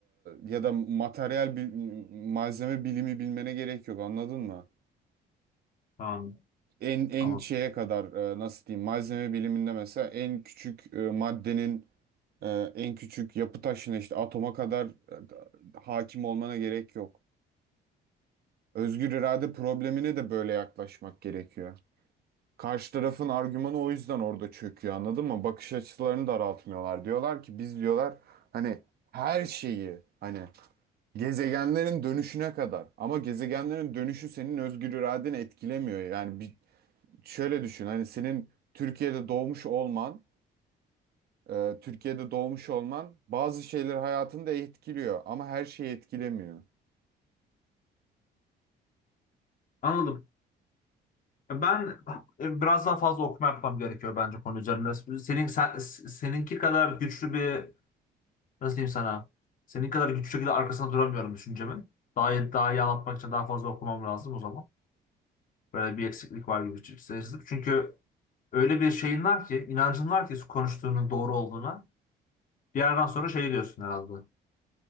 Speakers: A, on the right; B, on the left.
A: ya da materyal bil- malzeme bilimi bilmene gerek yok anladın mı?
B: Tamam.
A: En en
B: Tamam.
A: şeye kadar e, nasıl diyeyim malzeme biliminde mesela en küçük e, maddenin e, en küçük yapı taşına işte atoma kadar e, hakim olmana gerek yok. Özgür irade problemine de böyle yaklaşmak gerekiyor. Karşı tarafın argümanı o yüzden orada çöküyor anladın mı? Bakış açılarını daraltmıyorlar. Diyorlar ki biz diyorlar hani her şeyi hani Gezegenlerin dönüşüne kadar. Ama gezegenlerin dönüşü senin özgür iradeni etkilemiyor. Yani bir, şöyle düşün. Hani senin Türkiye'de doğmuş olman, e, Türkiye'de doğmuş olman bazı şeyleri hayatında etkiliyor ama her şeyi etkilemiyor.
B: Anladım. Ben e, biraz daha fazla okuma yapmam gerekiyor bence konu üzerinde. Senin sen, seninki kadar güçlü bir nasıl diyeyim sana? Senin kadar güçlü şekilde arkasına duramıyorum düşüncemin. Daha iyi, daha iyi anlatmak için daha fazla okumam lazım o zaman. Böyle bir eksiklik var gibi hissediyorum. Çünkü öyle bir şeyin var ki, inancın var ki konuştuğunun doğru olduğuna. Bir yerden sonra şey diyorsun herhalde.